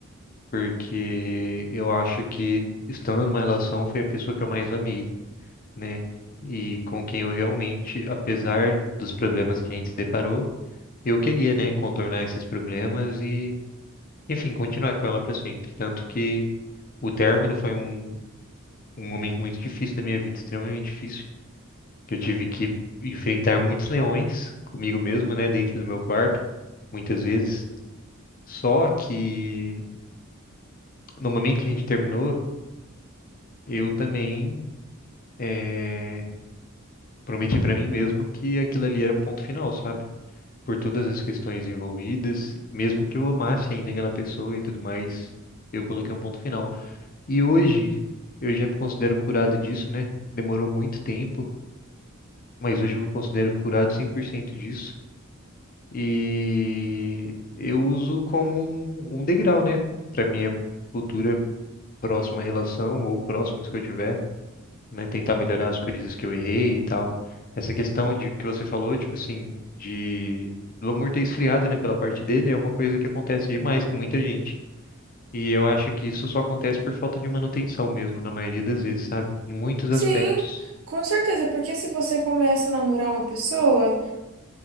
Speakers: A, on the left (about 40°); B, on the right (about 70°).
A: porque eu acho que estando numa relação foi a pessoa que eu mais amei. né? E com quem eu realmente, apesar dos problemas que a gente se deparou, eu queria, né, contornar esses problemas e, enfim, continuar com ela para sempre. Tanto que o término foi um, um momento muito difícil da minha vida, extremamente difícil, que eu tive que enfrentar muitos leões comigo mesmo, né, dentro do meu quarto, muitas vezes. Só que no momento que a gente terminou, eu também eh, prometi para mim mesmo que aquilo ali era um ponto final, sabe? por todas as questões envolvidas, mesmo que eu amasse ainda aquela pessoa e tudo mais, eu coloquei um ponto final. E hoje eu já me considero curado disso, né? Demorou muito tempo, mas hoje eu me considero curado 100% disso e eu uso como um, um degrau, né, para minha futura próxima relação ou próximas que eu tiver né, tentar melhorar as coisas que eu errei e tal. Essa questão de que você falou, tipo assim, de do amor ter esfriado, né, pela parte dele, é uma coisa que acontece demais com muita gente. E eu acho que isso só acontece por falta de manutenção mesmo, na maioria das vezes, sabe? Em muitos
B: Sim,
A: aspectos.
B: com certeza, porque se você começa a namorar uma pessoa,